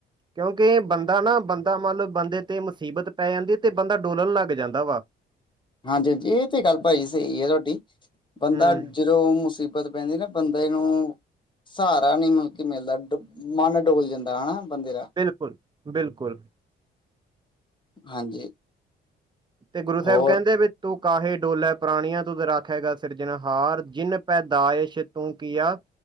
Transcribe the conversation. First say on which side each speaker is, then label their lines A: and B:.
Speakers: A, on the right; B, on the left.
A: ਕਿਉਂਕਿ, ਬੰਦਾ ਨਾ ਬੰਦਾ ਮੰਨਲੋ ਬੰਦੇ ਤੇ ਮੁਸੀਬਤ ਪੈ ਜਾਂਦੀ ਏ ਤੇ ਬੰਦਾ ਡੋਲਣ ਲੱਗ ਜਾਂਦਾ ਵਾ।
B: ਹਾਂਜੀ-ਹਾਂਜੀ ਇਹ ਤੇ ਗੱਲ ਭਾਜੀ ਸਈ ਆ ਤੁਹਾਡੀ ਬੰਦਾ
A: ਹੂੰ
B: ਜਦੋ ਜੋਦੋੋ ਮੁਸੀਬਤ ਪੈਂਦੀ ਨਾ ਬੰਦੇ ਨੂੰ ਸਹਾਰਾ ਨੀ <unintelligible> ਮਿਲਦਾ, ਡੁ ਮਨ ਡੋਲ ਜਾਂਦਾ ਹੈਨਾ ਬੰਦੇ ਦਾ।
A: ਬਿਲਕੁਲ-ਬਿਲਕੁਲ।
B: ਹਾਂਜੀ।
A: ਤੇ ਗੁਰੂ ਸਾਹਿਬ
B: ਹੋਰ
A: ਕੈਂਂਦੇ ਵੀ ਤੂੰ- ਕਾਹੇ ਡੋਲੈ ਪ੍ਰਾਨੀਆਂ ਤੁਧ ਰਾਖੇਗਾ ਸਿਰਜਣਹਾਰ, ਜਿਨ ਪੈਦਾਇਸ਼ ਤੂੰ ਕੀਆ-